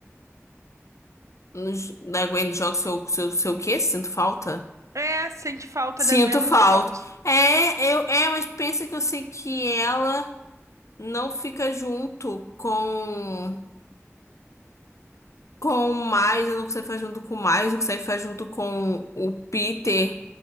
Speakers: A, on the left; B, on the right.
A: No j- Da Gwen Jones, seu, seu, seu o quê? Sinto falta?
B: É, sente falta
A: Sinto
B: da Gwen nos
A: falta.
B: jogos.
A: É, eu, é, mas pensa que eu sei que ela não fica junto com. com o Miles, eu não consigo ficar junto com o Miles, não consigo ficar junto com o Peter.